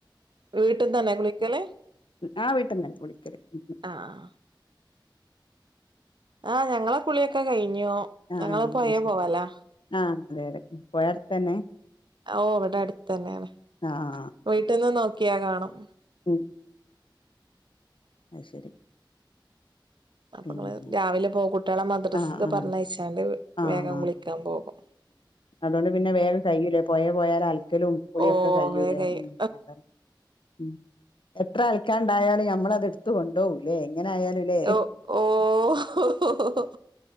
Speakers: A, on the right; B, on the left.
A: വീട്ട്ന്ന് തന്നെ കുളിക്കൽ?
B: ആ വീട്ട്ന്ന് കുളിക്കൽ ഉം
A: ആഹ് ആ ഞങ്ങളെ കുളിയൊക്കെ ഞ്ഞു
B: ആഹ്
A: ഞങ്ങൾ പൊഴേ
B: അത് ശരി
A: പോവലാ
B: ആഹ് അതെ അതെ പൊഴ അടുത്തന്നെ
A: ഓ ഇവടെ അടുത്തെന്നേണ്
B: ആഹ്
A: വീട്ടിൽന്ന് നോക്ക ക്കിയാ കാണും
B: ഉ അയ് ശരി
A: അപ്പൊ
B: പിന്നെ
A: ങ്ങള് രാവിലെ പോകും കുട്ടികളെ മദ്രസക്ക്
B: ആ ആ
A: പറഞ്ഞയച്ചാണ്ട്
B: ആ
A: വേഗം
B: ആ
A: കുളിക്കാൻ പോകും
B: അതൊണ്ട് പിന്നെ വേഗം കയ്യുംലേ പൊയേ പോയാലൽക്കലും കുളിയൊക്കെ
A: ഓഹ്
B: കയ്യുംലേ
A: വേഗയ്യും
B: ഉം അത ഉം എത്ര അലക്കാണ്ടായാലും ഞമ്മള എട്ത്ത് കൊണ്ടോവും ലേ ഇങ്ങനെ ആയാലും ലേ
A: ഓഹ് ഓഹ്